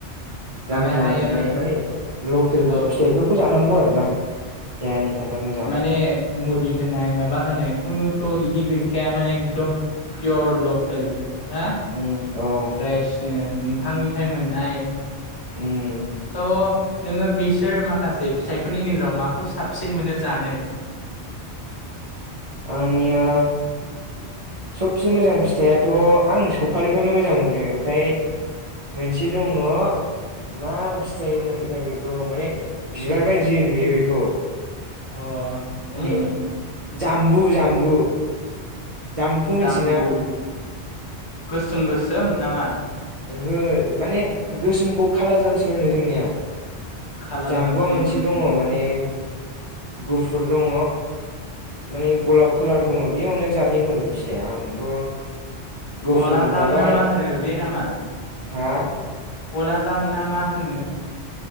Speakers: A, on the right; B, on the left.
A: गामियाव
B: ओमफायहायो
A: मोननाय माने लकेल
B: औ उम
A: फिथाइफोरखौ ज नंगौ आरो ना देहानि थाखाय मोजां
B: माने मुलि होनाय माबा होनाय खुनुथ' बिदि गैखाया माने एकदम पियर लकेल ना
A: उम औ
B: <unintelligible> बिफांनिफ्राय मोननाय।
A: उम
B: त। नोङो बिसोर माखासे फिथाइफोरनि गेजेराव माखौ साबसिन मोनो जानो।
A: आंनिया। सबसे मोजां फिथाइआथ' आं सफारिखौनो मोजां मोनो ओमफ्राय मोनसे दङ मा फिथाइ होनोमोनथाय बेखौ माने बिबार बायदि नुयो बेखौ।
B: अ
A: माने।
B: उम
A: जाम्बु जाम्बु। जामबुखौ
B: जाम्बु
A: मिथियोना।
B: गोसोम गोसोम नामा।
A: ओहो माने गोसोमखौ खाला जामसो होनो जोंनिया।
B: खालाजाम
A: जाम्बुआ
B: उम
A: मोनसे
B: उम
A: दङ माने गुफ। गुफुर दङ माने गलाब खालार दङ बेयो अनेक जादनि दं बे फिथाइया आंथ'। गुफुर
B: गलाजाम
A: मोनजाबाय
B: ना मा होनो बे नाम‌। मा।
A: हा
B: गला जाम ना मा होनो।